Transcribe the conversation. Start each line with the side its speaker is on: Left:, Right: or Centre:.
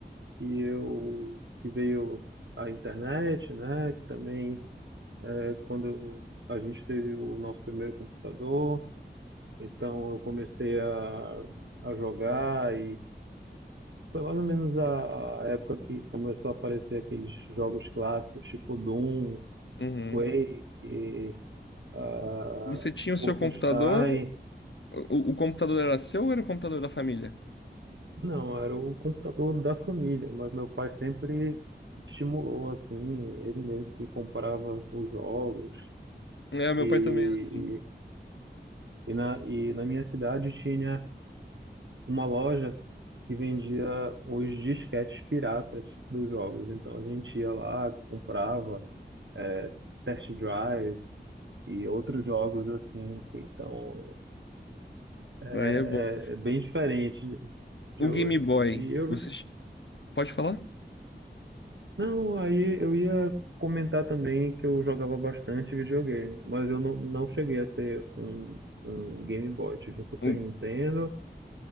Right: e eu que veio a internet, né? Que também é quando eu- a gente teve o nosso primeiro computador, então eu comecei a, a jogar Foi mais ou menos a a época que começou a aparecer aqueles jogos clássicos, tipo Doom,
Left: Uhum.
Right: Quake, ah,
Left: E Você tinha o
Right: Wolfenstein.
Left: seu computador? O, o computador era seu ou era o computador da família?
Right: Não, era o computador da família, mas meu pai sempre estimulou, assim, ele mesmo que comprava os jogos.
Left: É, meu
Right: E,
Left: pai também era assim.
Right: e, na, e na minha cidade tinha uma loja que vendia os disquetes piratas dos jogos. Então a gente ia lá, comprava, eh, Test Drive, e outros jogos assim, que então é,
Left: Aí é bom.
Right: é- é bem diferente de de
Left: O
Right: hoje.
Left: Game Boy,
Right: E eu,
Left: você ch- pode falar?
Right: não, aí eu ia comentar também que eu jogava bastante videogame, mas eu não, não cheguei a ter um, um Game Boy, tive um Super
Left: Um-
Right: Nintendo,